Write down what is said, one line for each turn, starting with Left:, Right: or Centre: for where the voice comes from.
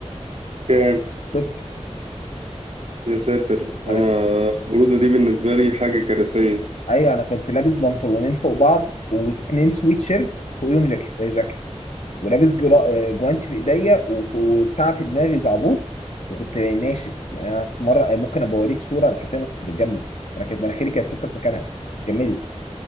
Right: كام
Left: صفر
Right: يا ساتر انا
Left: أنا
Right: البروده دي بالنسبه لي حاجه كارثيه
Left: أيوة أنا كنت لابس بنطلونين فوق بعض واتنين سويت شيرت فوقيهم جاكيت جاكيت ولابس جرا... آه، جوانتي في إيديا و- وبتاع في دماغي زعبوط وكنت ناشف يعني أنا في مرة آه، ممكن أبقى أوريك صورة أنا حرفيا أنا كنت بتجمد أنا كانت مناخيري كانت ثابتة في مكانها جمدت